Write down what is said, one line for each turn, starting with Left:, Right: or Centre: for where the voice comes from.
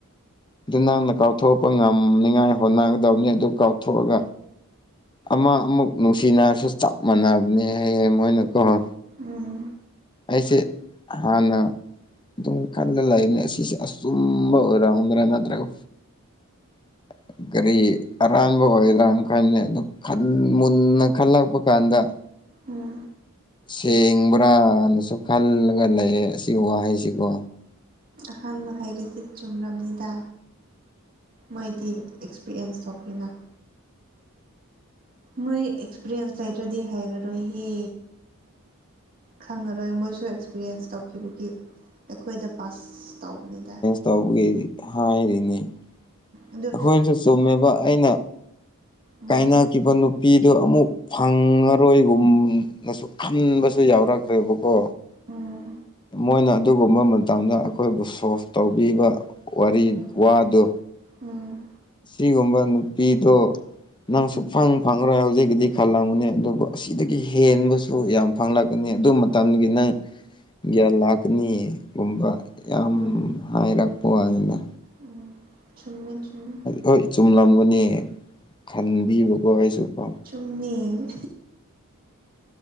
Left: ꯑꯗꯨ ꯅꯪꯅ ꯀꯥꯎꯊꯣꯛꯄ ꯉꯝꯅꯤꯉꯥꯏ ꯍꯣꯠꯅꯒꯗꯕꯅꯤ ꯑꯗꯨ ꯀꯥꯎꯊꯣꯛꯑꯒ ꯑꯃ ꯑꯃꯨꯛ ꯅꯨꯡꯁꯤ ꯔꯁꯨ ꯆꯞ ꯃꯥꯟꯅꯕꯅꯦ ꯍꯥꯏꯌꯦ ꯃꯣꯏꯅ ꯀꯣꯍꯣ
Right: ꯎꯝ
Left: ꯑꯩꯁꯦ ꯍꯥꯟꯅ ꯑꯗꯨꯝ ꯈꯜꯂ ꯂꯩꯅꯦ ꯁꯤꯁꯦ ꯑꯆꯨꯝꯕ ꯑꯣꯏꯔꯝꯗ꯭ꯔꯥ ꯅꯠꯇ꯭ꯔꯒ <inaudible> ꯒꯥꯔꯤ ꯑꯔꯥꯟꯕ ꯑꯣꯏꯗ꯭ꯔꯥꯅ ꯈꯅꯦ ꯑꯗꯨ ꯃꯨꯟꯅ ꯈꯜꯂꯛꯄ ꯀꯥꯟꯗ
Right: ꯎꯝ
Left: ꯁꯦꯡꯕ꯭ꯔꯥꯅꯁꯨ ꯈꯜꯂꯒ ꯂꯩꯌꯦꯦ ꯑꯁꯤ ꯋꯥꯍꯩꯁꯤꯀꯣ
Right: ꯑꯍꯥꯟꯕ ꯍꯩꯔꯗꯤ ꯆꯨꯝꯂꯅꯤꯗ ꯃꯣꯏꯗꯤ ꯑꯦꯛꯁꯄꯤꯔꯤꯌꯦꯟꯁ ꯇꯧꯕꯤꯅ ꯃꯣꯏ ꯑꯦꯛꯁꯄꯤꯔꯤꯌꯦꯟꯁ ꯂꯩꯗ꯭ꯔꯗꯤ ꯍꯥꯏꯔꯔꯣꯏꯍꯦ ꯈꯪꯉꯔꯣꯏ ꯃꯣꯏꯁꯨ ꯑꯦꯛꯁꯄꯤꯔꯤꯌꯦꯟꯁ ꯇꯧꯈꯤꯕꯒꯤ ꯑꯩꯈꯣꯏꯗ ꯄꯥꯁ ꯇꯧꯕꯅꯤꯗ
Left: ꯇꯧꯒꯦ ꯍꯥꯏꯔꯤꯅꯤ ꯑꯩꯈꯣꯏꯅꯁꯨ
Right: ꯑꯗꯨ
Left: ꯆꯨꯝꯃꯦꯕ ꯑꯩꯅ
Right: ꯎꯝ
Left: ꯀꯥꯏꯅ ꯀꯕꯨ ꯅꯨꯄꯤ ꯑꯗꯨ ꯑꯃꯨꯛ ꯐꯪꯉꯔꯣꯏꯒꯨꯝꯅꯁꯨ ꯈꯟꯕꯁꯨ ꯌꯥꯎꯔꯛꯇ꯭ꯔꯦꯕꯀꯣ꯫
Right: ꯎꯝ
Left: ꯃꯣꯏꯅ ꯑꯗꯨꯒꯨꯝꯕ ꯃꯇꯝꯗ ꯑꯩꯈꯣꯏꯕꯨ ꯁꯣꯐ ꯇꯧꯕꯤꯕ ꯋꯥꯔꯤ
Right: ꯎꯝ
Left: ꯋꯥꯗꯨ
Right: ꯎꯝ꯫
Left: ꯁꯤꯒꯨꯝꯕ ꯅꯨꯄꯤꯗꯣ꯫ ꯅꯪꯁꯨꯐꯪ ꯐꯪꯔꯣꯏ ꯍꯧꯖꯤꯛꯀꯤꯗꯤ ꯈꯜꯂꯝꯒꯅꯤ ꯑꯗꯨꯕꯨ ꯑꯁꯤꯗꯒꯤ ꯍꯦꯟꯕꯁꯨ ꯌꯥꯝ꯫ ꯐꯪꯂꯛꯀꯅꯤ ꯑꯗꯨ ꯃꯇꯝꯒꯤ ꯅꯪ ꯒ꯭ꯌꯥꯟ ꯂꯥꯛꯀꯅꯤꯒꯨꯝꯕ ꯌꯥꯝ
Right: ꯎꯝ
Left: ꯍꯥꯏꯔꯛꯄꯅ
Right: ꯎꯝ <unintelligible>
Left: ꯍꯣꯏ ꯆꯨꯝꯂꯝꯒꯅꯤ ꯈꯟꯕꯤꯕꯀꯣ ꯑꯩꯁꯨꯀꯣ
Right: ꯇꯨꯝꯃꯤ